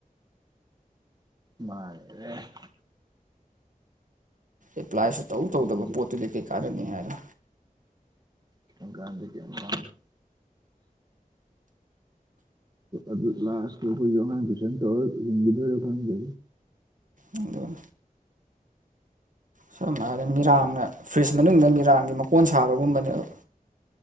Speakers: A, on the right; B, on the right.
A: <unintelligible>
B: ꯑꯦꯄ꯭ꯂꯥꯏꯁꯨ ꯇꯧ ꯇꯧꯗꯕ
A: ꯍꯧꯖꯤꯛ
B: ꯄꯣꯠꯇꯨꯗꯤ ꯀꯩ ꯀꯥꯟꯅꯅꯤ ꯍꯥꯏꯔ
A: <unintelligible> ꯑꯗꯨ ꯂꯥꯁꯇ ꯑꯩꯈꯣꯏꯁꯨ ꯑꯉꯥꯡ ꯇꯨꯏꯁꯟ ꯇꯧꯔꯒ ꯍꯤꯡꯈꯤꯗꯣꯏꯔ ꯈꯖꯒ
B: ꯑꯗꯨꯅꯤ ꯁꯨ ꯍꯥꯏꯅ ꯃꯤꯔꯥꯡꯅ ꯐ꯭ꯔꯤꯖ ꯃꯅꯨꯡꯗ ꯃꯤꯔꯥꯡꯒꯤ ꯃꯀꯣꯟ ꯁꯥꯕꯒꯨꯝꯕꯅꯦꯕ